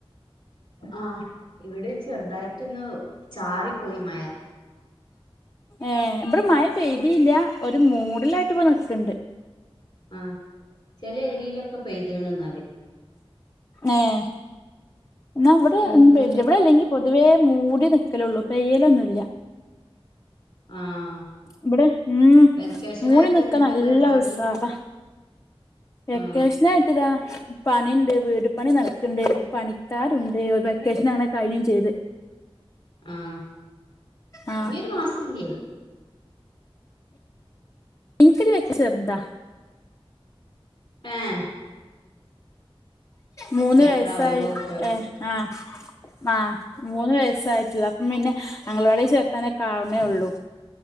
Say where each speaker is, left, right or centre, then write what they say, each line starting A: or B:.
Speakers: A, on the left; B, on the left.
A: ആഹ് ഇവിടെ ചെറുതായിട്ട് ഇന്ന് ചാറിപ്പോയി മഴ.
B: ഏഹ് ഇബ്ടെ മഴ പെയ്തീല്ല. ഒരു മൂടലായിട്ട്പ്പ നിക്ക്ണ്ട്.
A: ആഹ് ചെല ഏരീലൊക്കെ പെയ്ത്ണ് ഇന്നാല്.
B: ഏഹ് ഇന്നാ ഇവിടെ
A: പിന്നെ
B: ഒന്നും പെയ്തില്ല.
A: എന്തൊക്കെ
B: ഇവിടെ അല്ലെങ്കി പൊതുവേ മൂടി നിക്കലൊള്ളു. പെയ്യലൊന്നുല്ല.
A: ആഹ്
B: ഇബെടെ ഉം
A: വെക്കേഷൻ
B: മൂടി
A: ആയിട്ട്
B: നിക്കാ
A: എന്തൊക്കെ
B: നല്ല
A: പരിപാടി
B: ഉസാറ. വെക്കേഷനാ
A: ആഹ്
B: ട്ടിതാ പണിണ്ട്. വീട് പണി നടക്ക്ണ്ട്. പണിക്കാരുണ്ട് വെക്കേഷനാണേ കഴിയേം ചെയ്ത്.
A: ആഹ്
B: ആ
A: ഇഞ് ഒരു മാസില്യേ
B: ഇൻക്ക് <unintelligible> ചെറ്താ
A: ഏഹ്
B: മൂന്ന്
A: ചെറുതാവുമ്പോ
B: വയസായി
A: കൊഴ്
B: ഏ ആഹ്. ആഹ്. മൂന്ന് വയസായിട്ടൊള്ളു. അപ്പ പിന്നെ അംഗൻവാടി ചേർത്താനൊക്കെ ആവ്ണേ ഒള്ളു.